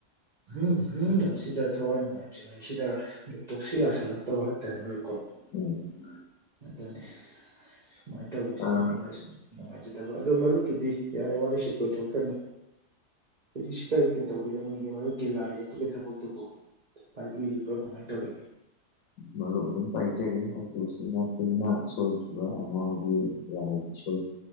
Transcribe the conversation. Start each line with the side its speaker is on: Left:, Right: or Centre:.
Right: ꯎꯝ ꯎꯝ ꯁꯤꯗ ꯊꯋꯥꯏ ꯅꯨꯡꯉꯥꯏꯇ꯭ꯔꯤꯉꯩꯁꯤꯗ ꯂꯦꯞꯇꯣꯛꯁꯤ ꯌꯥꯁꯜꯂꯛꯇꯕ ꯍꯥꯏꯇꯥꯔꯦ ꯃꯣꯏꯀꯣ
Left: ꯑꯣ
Right: ꯑꯗꯨꯗꯅꯦ ꯁꯨꯃꯥꯏꯅ ꯇꯧꯕꯁꯤꯗꯅ
Left: ꯑꯥ
Right: ꯑꯩꯅ ꯁꯨꯝ ꯅꯨꯡꯉꯥꯏꯖꯗꯕ ꯑꯗꯣ ꯃꯔꯨꯞꯀꯤꯗꯤ ꯌꯥꯔꯦ ꯋꯥꯔꯤꯁꯨ ꯀꯣꯏꯊꯣꯛ꯭ꯔꯅꯤ ꯍꯧꯖꯤꯛ ꯁꯤ ꯀꯔꯤꯇ ꯇꯧꯕꯤꯔꯝꯃꯤꯦ ꯃꯔꯨꯞꯀꯤ ꯂꯥꯏ ꯌꯦꯛꯄꯒꯤ ꯊꯕꯛꯇꯨꯕꯨ ꯄꯥꯏꯕꯤꯔꯤꯕ꯭ꯔꯣ ꯀꯃꯥꯏꯅ ꯇꯧꯔꯤꯒꯦ
Left: ꯃꯔꯨ ꯑꯗꯨꯝ ꯄꯥꯏꯖꯔꯤ ꯍꯧꯖꯤꯛ ꯍꯧꯖꯤꯛ ꯃꯆꯤꯟꯅ ꯁꯣꯏꯈꯤꯕ ꯑꯉꯥꯡꯒꯤ ꯂꯥꯏꯒꯤꯁꯨ